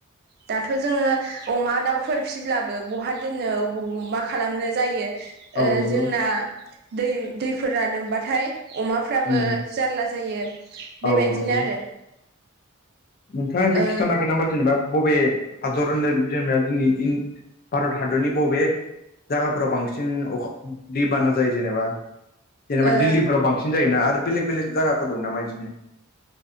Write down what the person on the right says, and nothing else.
दाथ' जोङो अमा, दाउफोर फिसिब्लाबो बहा दोननो मा खालामनो जायो।
जोंना दै दैफोरा लोमबाथाय अमा फ्राबो
जारला जायो। बे
बायदिनो
आरो।
ओ
ओ